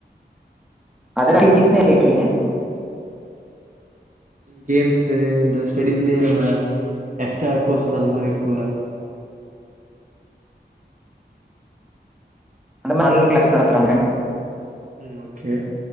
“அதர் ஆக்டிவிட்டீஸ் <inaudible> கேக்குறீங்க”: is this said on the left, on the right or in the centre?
Centre